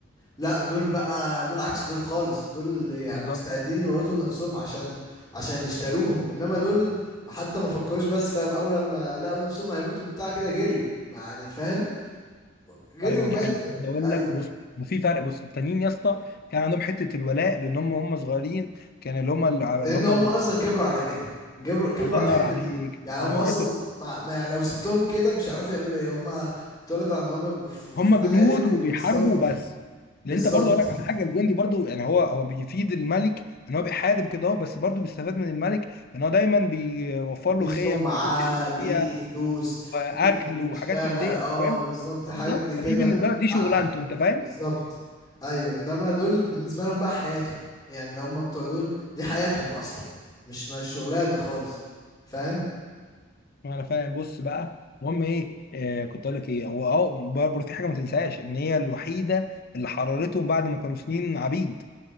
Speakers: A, on the left; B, on the left.
A: لا دول بقى دول عكس دول خالص دول يعني
B: بالظبط
A: مستعدين يموتوا نفسهم عشان عشان اللي اشتروهم انما دول حتى ما فكروش بس فاهم اول لما لقوا نفسهم هيموتوا بتاع كده جريوا ما يعني فاهم جريوا
B: ايوه
A: وماتوا
B: دي حقيقه
A: يعني
B: ده اقول
A: ايوه
B: لك بص في فرق بص التانيين يا اسطى كان عندهم حته الولاء لان هم هم صغيرين كان اللي هم اللي
A: لان
B: هم
A: هم
B: ال-
A: اصلا كبروا على كده كبروا كبروا
B: الله
A: على
B: ينور
A: الحته
B: عليك
A: دي يعني
B: ايوه
A: هم اصلا
B: حته
A: مع... ما يعني لو سبتهم كده مش هيعرفوا يعملوا ايه هم اتولدوا على انهم يبقوا في في
B: هم
A: معارك
B: جنود وبيحاربوا
A: وبالظبط
B: وبس لان
A: بالظبط
B: انت برضه اقول لك على حاجه الجندي برضه يعني هو هو بيفيد الملك ان هو بيحارب كده اهو بس برضه بيستفاد من الملك ان هو دايما بيوفر
A: ليه
B: له خيم
A: سمعه
B: بيوت يعيش
A: ليه
B: فيها
A: فلوس
B: واكل
A: ليه
B: وحاجات
A: يشتغل
B: من دي
A: اه
B: انت فاهم
A: بالظبط حد
B: بالظبط
A: كده
B: فدي بالنسبه له دي شغلانته
A: ع-
B: انت فاهم
A: بالظبط ايوه انما دول بالنسبه لهم بقى حياته يعني اللي هم بتوع دول دي حياتهم اصلا مش مش شغلانه خالص فاهم
B: انا فاهم بص بقى المهم ايه آه كنت اقول لك ايه هو اه برضه في حاجه ما تنساش ان هي الوحيده اللي حررتهم بعد ما كانوا سنين عبيد